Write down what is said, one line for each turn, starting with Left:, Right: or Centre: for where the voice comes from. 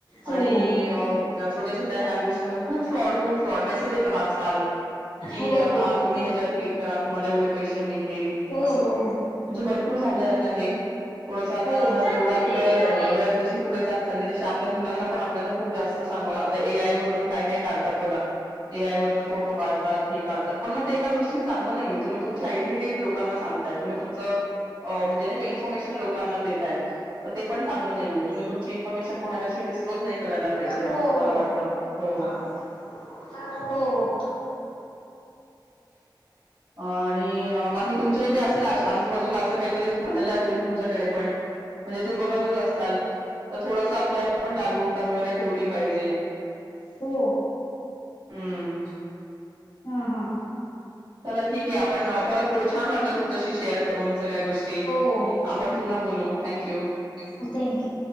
Left: हो
Right: आणि
Left: हो
Right: छोट्या-छोट्या ह्या गोष्टीं खूप फ्रॉड खूप फ्रॉड मेसेज वा. ल कि
Left: हो हो हो हो हो
Right: हा तुम्ही ह्याच्यावर क्लिक करा तुम्हाला एवढे पैसे मिळतील.
Left: हो
Right: असं
Left: हो
Right: म्हणजे भरपूर झालंय आता हे. थोडस आता
Left: हो हो हो हो हो हो हो हो हो
Right: जेवढं आपलं वेळेस जशी. पुढे चालली त आपल्या मुलांना पण आपल्याला खूप जास्त सांगवलं आता ए आय वरन काय काय काढतात बघ. ए आईवरन. फोटो काढात हे काढतात पण म ते एका दृष्टीने चगलं नाहीय तुम्ही तुमची आयडेंटी लोकां सांगताय तुम्ही तुमच. अ म्हणजे नाही काही इन्फॉर्मेशन लोकांना देतय तर ते पण चांगलं नाहीय आहेत. तुम्ही तुमची इन्फॉर्मेशन बाहेर अशी डिस्क्लोज नाही करायला पाहिजे
Left: हो
Right: असं मला वाटतं हो.
Left: हा हो हो.
Right: <unintelligible> अ आणि बाकी तुमच्या इथे असेल आजूबाजूला असं काहीतरी झालेलं असेल तुमच्याकडे पण. म्हणजे तुम्ही बघतच असताल तर थोडस आपल्याला पण जागरूकता वगैरे ठेवली पाहिजे.
Left: हो.
Right: हम्म,
Left: हा, हा,
Right: चला ठीक आहे, आपण परत बोलू छान वाटलं तुमच्याशी शेअर करून सगळ्या गोष्टी.
Left: हो
Right: आपण पुन्हा बोलू थँक यू,
Left: हो थँक्यू,